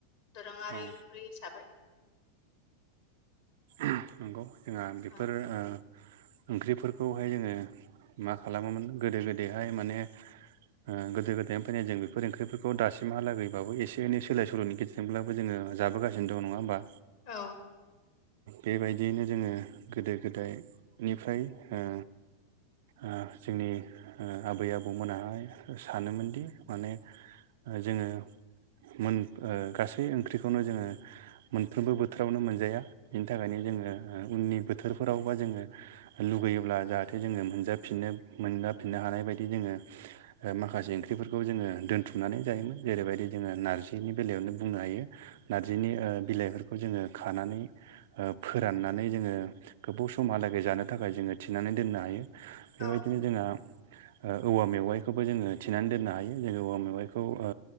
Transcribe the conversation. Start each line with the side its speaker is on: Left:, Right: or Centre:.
Left: दोरोङारि
Right: औ
Left: ओंख्रि हिसाबै
Right: <unintelligible> नंगौ जोंहा बेफोर
Left: औ
Right: ओ ओंख्रिफोरखौहाय जोङो मा खालामोमोन गोदो गोदैहाय माने ओ गोदो गोदायनि फैनाय जों बेफोरओंख्रिफोरखौ दासिमहालागैबाबो एसे एनै सोलाय सोल'नि गेजेरजों जोंब्लाबो जोङो जाबोगासिनो दं नङा होमबा
Left: औ
Right: बेबायदियैनो जोङो गोदो गोदायनिफ्राय ओ ओ जोंनि ओ आबै आबौमोनाहाय सानोमोनदि माने जोङो मोन ओ गासै ओंख्रिखौनो जोङो मोनफ्रोमबो बोथोरावनो मोनजाया बेनि थाखायनो जोङो ओ उननि बोथोरफोराव बा जोङो लुगैयोब्ला जाहाथे जोङो मोनजाफिननो मोनजाफिननो हानाय बायदि जोङो माखासे ओंख्रिफोरखौ जोङो दोनथुमनानै जायोमोन जेरैबायदि जोङो नारजिनि बेलायावनो बुंनो हायो नारजिनि ओ बिलाइफोरखौ जोङो खानानै ओ फोराननानै जोङो गोबाव समहालागै जानो थाखाय जोङो थिनानै दोननो हायो बेबायदिनो
Left: औ
Right: जोंहा औवा मेवाइखौबो जोङो थिनानै दोननो हायो जोङो औवा मेवाइखौ ओ